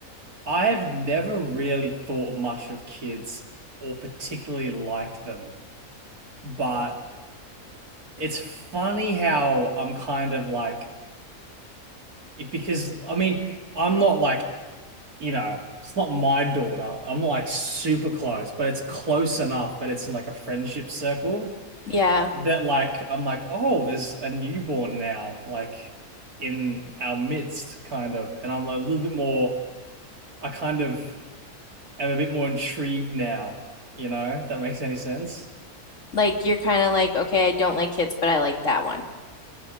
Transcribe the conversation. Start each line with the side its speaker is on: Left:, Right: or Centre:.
Right: I have never really thought much of kids or particularly liked them, but it's funny how I'm kind of like, it- because I mean, I'm not like, you know, it's not my daughter. I'm not like super close, but it's close enough that it's in like a friendship circle
Left: Yeah,
Right: that like, I'm like, oh, there's a newborn now, like in our midst, kind of. And I'm a little bit more, I kind of. am a bit more intrigued now, you know, if that makes any sense.
Left: like you're kind of like okay, I don't like kids, but I like that one.